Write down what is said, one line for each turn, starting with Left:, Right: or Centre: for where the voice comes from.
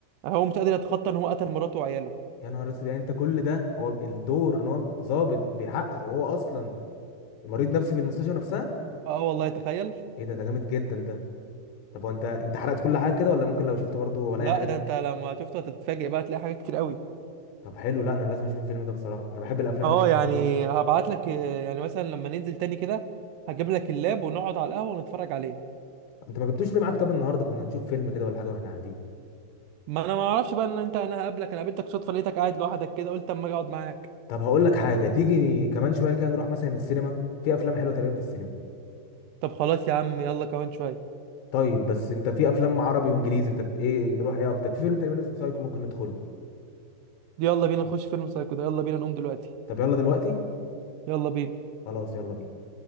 Right: هو مش قادر يتخطى ان هو قتل مراته وعياله
Left: يا نهار اسود يعني انت كل ده هو الدور ان هو ظابط بيحقق وهو اصلا مريض نفسي في المستشفى نفسها
Right: اه والله تخيل
Left: ايه ده ده جامد جدا ده طب هو انت انت حرقت كل حاجه كده ولا ممكن لو شفته برضه ولا
Right: لا
Left: اي حاجه
Right: ده انت لما شفته هتتفاجئ بقى هتلاقي حاجات كتير قوي
Left: طب حلو لا انا لازم اشوف الفيلم ده بصراحه انا بحب الافلام
Right: اه
Left: اللي
Right: يعني
Left: دي جدا
Right: هبعت لك يعني مثلا لما ننزل تاني كده هجيب لك اللاب ونقعد على القهوه ونتفرج عليه
Left: انت ما جبتوش ليه معاك طب النهارده كنا هنشوف فيلم كده ولا حاجه واحنا قاعدين
Right: ما انا ما اعرفش بقى ان انت انا هقابلك انا قابلتك صدفه لقيتك قاعد لوحدك كده قلت اما اجي اقعد معاك
Left: طب هقول لك حاجه تيجي كمان شويه كده نروح مثلا السينما في افلام حلوه تقريبا في السينما
Right: طب خلاص يا عم يلا كمان شويه
Left: طيب بس انت في افلام عربي وانجليزي انت ب- ايه نروح ايه اكتر في فيلم تقريبا اسمه سايكو ممكن ندخله
Right: يلا بينا نخش فيلم سايكو ده يلا بينا نقوم دلوقتي
Left: طب يلا دلوقتي
Right: يلا بينا
Left: خلاص يلا بينا